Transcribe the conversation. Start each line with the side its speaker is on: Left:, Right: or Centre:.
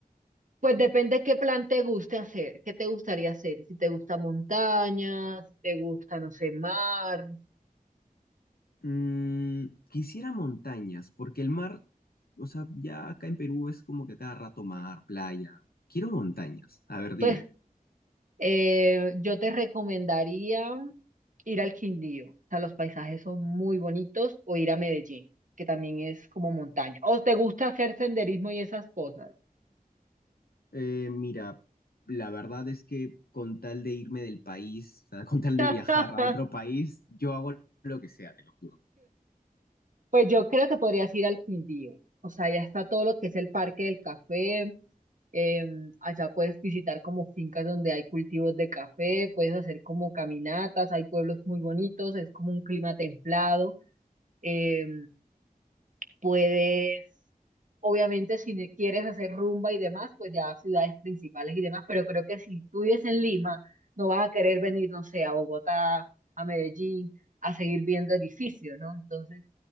Right: Pues depende qué plan te guste hacer, qué te gustaría hacer, si te gusta montaña, si te gusta, no sé, mar.
Left: Mm, quisiera montañas, porque el mar, o sea, ya acá en Perú es como que a cada rato mar, playa. Quiero montañas. A ver, dime.
Right: Pues eh, yo te recomendaría ir al Quindío, o sea, los paisajes son muy bonitos, o ir a Medellín, que también es como montaña. O te gusta hacer senderismo y esas cosas.
Left: Eh, mira, la verdad es que con tal de irme del país, o sea, con tal
Right: <laughs>
Left: de viajar a otro país, yo hago lo que sea, te lo juro.
Right: Pues yo creo que podrías ir al Quindío. O sea, ya está todo lo que es el Parque del Café. eh, allá puedes visitar como fincas donde hay cultivos de café, puedes hacer como caminatas, hay pueblos muy bonitos, es como un clima templado. eh, puedes, obviamente, si ne- quieres hacer rumba y demás, pues ya a ciudades principales y demás, pero creo que si tú vives en Lima, no vas a querer venir, no sé, a Bogotá, a Medellín, a seguir viendo edificios, ¿no? Entonces